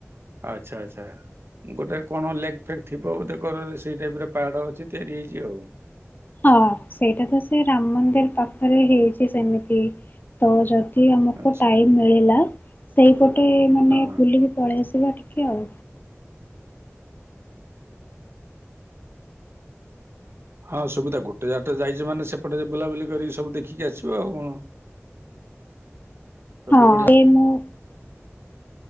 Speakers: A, on the right; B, on the left.
A: ଆଚ୍ଛା ଆଚ୍ଛା ଗୋଟେ କଣ ଲେକ୍ ଫେକ୍ ଥିବ ବୋଧକରରେ ସେଇ ଟାଇପରେ ପାହାଡ ଅଛି ତିଆରି ହେଇଛି ଆଉ।
B: ହଁ ସେଇଟା ତ ସେ ରାମ ମନ୍ଦିର ପାଖରେ ହେଇଛି ସେମିତି ଇ ତ ଯେମିତି ଆମକୁ
A: ଆଚ୍ଛା
B: ଟାଇମ ମିଳିଲା ସେଇପଟେ ମାନେ
A: ହଁ
B: ବୁଲି କି ପଳେଇ। ଯିବା ଟିକେ ଆଉ।
A: ହଁ ସୁବିଧା ଗୋଟେ ଯାଗା ଯାଇଛୁ ମାନେ ସେପଟେ ବୁଲାବୁଲି କରିକି ସବୁ ଦେଖିକି ଆସିବା ଆଉ କଣ। ସବୁଠୁ
B: ହଁ
A: ବଢିଆ
B: ଏ ମୁଁ